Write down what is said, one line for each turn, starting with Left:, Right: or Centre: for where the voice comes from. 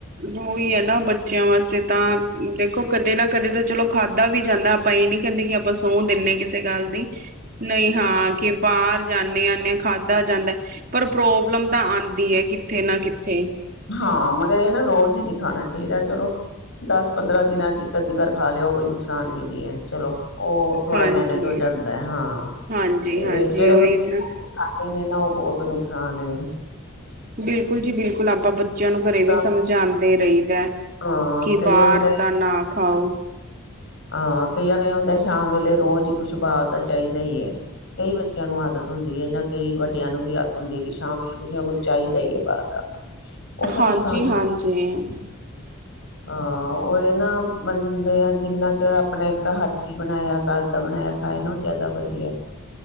Right: ਉਹੀ ਹੈ ਨਾ ਬੱਚਿਆਂ ਵਾਸਤੇ ਤਾਂ ਦੇਖੋ ਕਦੇ ਨਾ ਕਦੇ ਤਾਂ ਚਲੋ ਖਾਧਾ ਵੀ ਜਾਂਦਾ, ਆਪਾਂ ਇਹ ਨੀ ਕਹਿੰਦੇ ਕਿ ਆਪਾਂ ਤੂੰ ਦਿਨੀ ਕਿਸੇ ਗੱਲ ਦੀ। ਨਹੀਂ ਹਾਂ ਕਿ ਬਾਹਰ ਜਾਂਨੇ ਆਨੇ ਖਾਧਾ ਜਾਂਦਾ। ਪਰ ਪ੍ਰੋਬਲਮ ਤਾਂ ਆਉਂਦੀ ਐ ਕਿੱਥੇ ਨਾ ਕਿੱਥੇ।
Left: ਹਾਂ, ਮਗਰ ਇਹ ਨਾ ਰੋਜ਼ ਹੀ ਨਹੀਂ ਖਾਣਾ ਚਾਹੀਦਾ ਚਲੋ ਦਸ ਪੰਦਰਾਂ ਦਿਨਾਂ ਚ ਇਕ ਅੱਧੀ ਵਾਰ ਖਾ ਲਿਓ ਉਹ ਕੋਈ ਨੁਕਸਾਨ ਵੀ ਨੀ ਏ ਚਲੋ। ਉਹ ਥੋੜਾ
Right: ਹਾਂਜੀ
Left: ਮੈਨੇਜ ਹੋ ਜਾਂਦਾ ਏ ਹਾ
Right: ਹਾਂਜੀ ਹਾਂਜੀ
Left: ਜਿਹੜੇ
Right: ਉਹੀ
Left: ਬੱਚੇ
Right: ਨਾ
Left: ਇਨੇ ਨਾ ਉਹ ਬਹੁਤ ਨੁਕਸਾਨ ਏ।
Right: ਬਿਲਕੁਲ ਜੀ, ਬਿਲਕੁਲ ਆਪਾਂ ਬੱਚਿਆਂ ਨੂੰ ਘਰੇ
Left: ਤਾਂ
Right: ਵੀ ਸਮਝਾਉਂਦੇ ਰਹੀਦਾ।
Left: ਹਾਂ
Right: ਕਿ
Left: ਕਈਆਂ
Right: ਬਾਹਰ
Left: ਨੂੰ ਤਾਂ
Right: ਦਾ ਨਾ ਖਾਓ।
Left: ਹਾਂ ਕਈਆਂ ਨੂੰ ਏ ਹੁੰਦਾ ਸ਼ਾਮ ਵੇਲੇ ਰੋਜ਼ ਹੀ ਕੁਛ ਬਾਹਰ ਦਾ ਚਾਹੀਦਾ ਹੀ ਏ। ਕਈ ਬੱਚੇ ਬੱਚਿਆਂ ਨੂੰ ਆਦਤ ਹੁੰਦੀ ਐ ਜਾਂ ਕਈ ਵੱਡਿਆਂ ਨੂੰ ਵੀ ਆਦਤ ਹੁੰਦੀ ਐ ਕਿ ਸ਼ਾਮ ਕੁਝ ਨਾ ਕੁਝ ਚਾਹੀਦਾ ਹੀ ਏ ਬਾਹਰ ਦਾ। ਉਹ ਫਿਰ
Right: ਹਾਂਜੀ
Left: ਨੁਕਸਾਨ
Right: ਹਾਂਜੀ
Left: ਵੀ, ਹਾਂ ਉਹ ਏ ਨਾ। ਮੰਨਦੇ ਆ ਜਿੰਨਾ ਕੁ ਆਪਣਾ ਇੱਕ ਹੱਥੀ ਬਣਾਇਆ, ਘਰ ਦਾ ਬਣਾਇਆ ਖਾਇਆ ਨਾ ਉਹ ਜ਼ਿਆਦਾ ਵਧੀਆ।